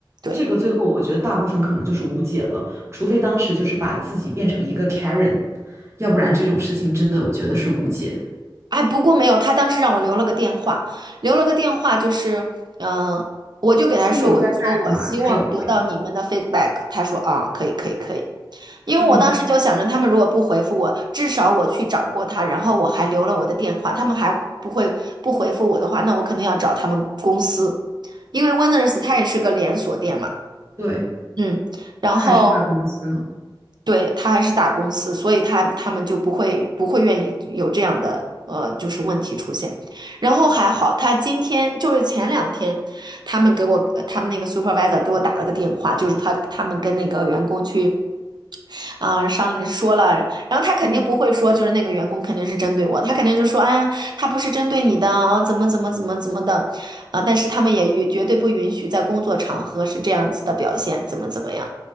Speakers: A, on the right (about 60°); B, on the right (about 35°).
A: 对。
B: 这个，最后我觉得大部分可能就是无解了，除非当时就是把自己变成一个 Karen，要不然这种事情真的我觉得是无解。
A: 哎，不过没有，他当时让我留了个电话，留了个电话就是，嗯、呃我就给他说，
B: 他有
A: 我就说我希望得到你们的
B: get back 吗？他有回他，
A: feedback。他说啊，可以，可以，可以。因为我当时就想着，
B: 嗯，
A: 他们如果不回复我，至少我去找过他，然后我还留了我的电话，他们还不会不回复我的话，那我肯定要找他们公司，因为 Winners 它也是个连锁店嘛。
B: 对，
A: 嗯，然后
B: 他还是大公司呢。
A: 对他还是大公司，所以他他们就不会不会愿意有这样的呃就是问题出现。然后还好，他今天就是前两天，他们给我呃他们那个 supervisor 给我打了个电话，就是他他们跟那个员工去啊，上说了，然后他肯定不会说，
B: 嗯
A: 就是那个员工肯定是针对我，他肯定就说，哎呀，他不是针对你的，哦，怎么怎么怎么怎么的，啊、但是他们也允绝对不允许在工作场合是这样子的表现，怎么怎么样。